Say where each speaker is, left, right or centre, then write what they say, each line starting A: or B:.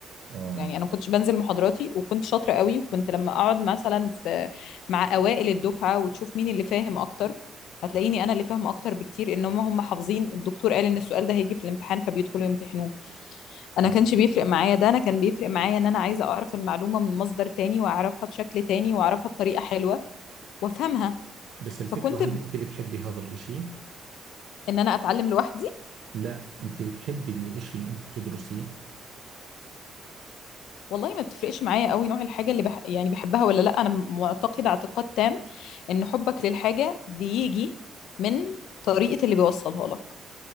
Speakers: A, on the right; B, on the left.
A: اه
B: يعني انا ما كنتش بنزل محاضراتي وكنت شاطره قوي وكنت لما اقعد مثلا في مع اوائل الدفعه وتشوف مين اللي فاهم اكتر هتلاقيني انا اللي فاهمه اكتر بكتير ان هم هم حافظين الدكتور قال ان السؤال ده هيجي في الامتحان فبيدخلوا يمتحنوه انا
A: اه
B: كانش بيفرق معايا ده انا كان بيفرق معايا ان انا عايزه اعرف المعلومه من مصدر تاني واعرفها بشكل تاني واعرفها بطريقه حلوه وافهمها
A: بس الفكرة
B: فكنت
A: هل
B: ب-
A: انت بتحبي هذا الاشي
B: ان انا اتعلم لوحدي
A: لا انت بتحبي الاشي اللي انت بتدرسيه
B: والله ما بتفرقش معايا قوي نوع الحاجة اللي بح... يعني بحبها ولا لا انا معتقدة اعتقاد تام ان حبك للحاجة بيجي من طريقة اللي بيوصلها لك